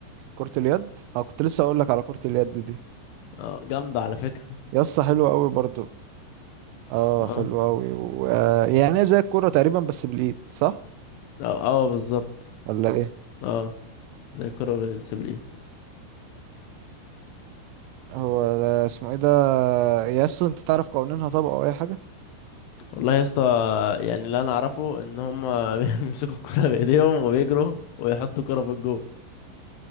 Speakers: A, on the right; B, on the left.
A: كره اليد اه كنت لسه اقول لك على كره اليد دي
B: اه جامدة على فكرة
A: يسطا حلوه قوي برضو اه
B: اه
A: حلوه قوي و... آه، يعني هي زي الكوره تقريبا بس بالايد صح
B: اه اه بالظبط
A: ولا ايه
B: اه زي الكرة بالسبليل
A: هو ده اسمه ايه ده يسطا انت تعرف قوانينها طبعا او اي حاجه
B: والله يا اسطى يعني اللي انا اعرفه ان هم <laughs> بيمسكوا الكرة بايديهم وبيجروا ويحطوا الكرة في الجو